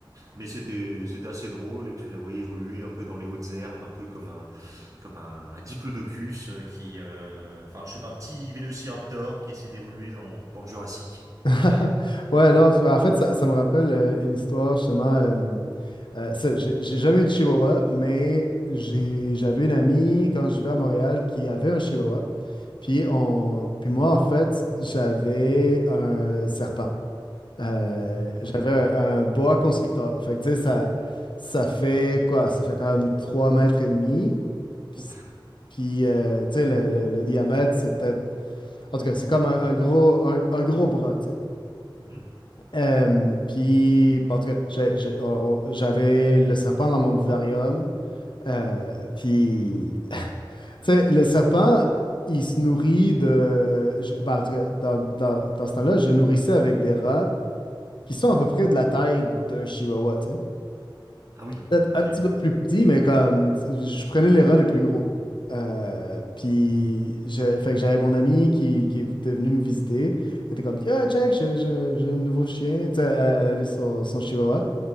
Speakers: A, on the right; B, on the left.
A: Mais c'était c'était assez drôle et tu la voyais évoluer un peu dans les hautes herbes, un peu comme un comme un, un diplodocus euh, qui, euh, enfin je sais pas, un petit vélociraptor qui essaie d'évoluer dans dans le Jurassique.
B: <laughs>
A: Voilà.
B: Ouais, non, parce en fait, ça, ça me rappelle euh, une histoire, justement. euh, euh, ça, j'ai j'ai jamais eu de chihuahua, mais j'ai- j'avais une amie quand je vivais à Montréal qui avait un chihuahua. Puis, on... Puis moi, en fait, j'avais un serpent. Euh,
A: Ah oui.
B: j'avais un, un boa constrictor. Fait que, tu sais, ça, ça fait quoi? Ça fait quand même 3 mètres et demi. Puis,
A: Ouf.
B: c'est- puis, euh, tu sais, le, le- le diamètre, c'est peut-être... En tout cas, c'est comme un, un gros, un, un gros bras, tu sais.
A: Mhm.
B: Euh, puis, en tout cas, j'ai- j'ai- on- on- j'avais le serpent dans mon vivarium. Euh, puis, Tu sais, le serpent, il se nourrit de. je- ben, en tout cas, dans, dans- dans ce temps-là, je nourrissais avec des rats qui sont à peu près de la taille d'un chihuahua, tu sais.
A: Ah oui,
B: Peut-être
A: ok.
B: un petit peu plus petit, mais comme. Je prenais les rats les plus gros. Euh, puis,
A: Ah ouais.
B: je- fait que j'avais mon ami qui, qui était venu me visiter. Elle était comme, ah, check, j'ai j'ai- j'ai un nouveau chien. Tu sais, elle, elle avait son, son chihuahua.